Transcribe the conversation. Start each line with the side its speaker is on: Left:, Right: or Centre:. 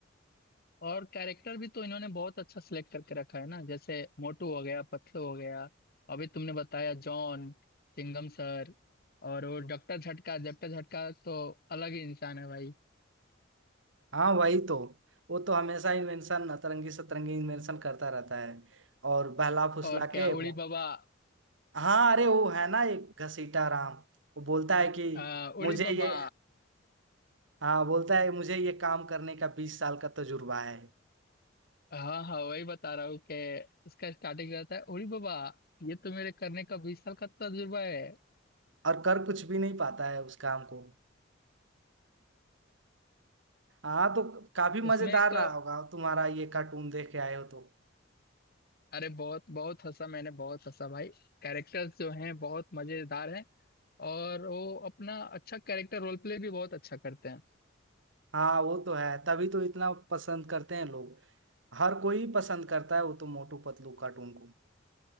Left: और कैरेक्टर भी तो इन्होंने बहुत अच्छा सिलेक्ट करके रखा है ना जैसे मोटू हो गया पतलू हो गया अभी तुमने बताया जॉन चिंगम सर और वो डॉक्टर झटका डॉक्टर झटका तो अलग ही इंसान है भाई
Right: हाँ वही तो वो तो हमेशा इन्वेंशन अतरंगी सतरंगी इन्वेंशन करता रहता है और बहला फुसला
Left: और क्या
Right: के वो-
Left: उड़ी बाबा
Right: हाँ अरे वो है ना एक घसीटा राम वो बोलता है कि
Left: आ,
Right: मुझे
Left: उड़ी बाबा
Right: ये हाँ बोलता है मुझे ये काम करने का बीस साल का तजुर्बा है
Left: हाँ हाँ वही बता रहा हूँ कि उसका स्टार्टिंग रहता है ओरी बाबा ये तो मेरे करने का बीस साल का तजुर्बा है
Right: और कर कुछ भी नहीं पाता है उस काम को हाँ तो काफी
Left: उसमें
Right: मजेदार
Left: एक
Right: रहा होगा तुम्हारा ये कार्टून देख के आए हो तो
Left: अरे बहुत बहुत हंसा मैंने बहुत हंसा भाई कैरेक्टर्स जो हैं बहुत मजेदार हैं और वो अपना अच्छा कैरेक्टर रोल प्ले भी बहुत अच्छा करते हैं
Right: हाँ वो तो है तभी तो इतना पसंद करते हैं लोग हर कोई पसंद करता है वो तो मोटू पतलू कार्टून को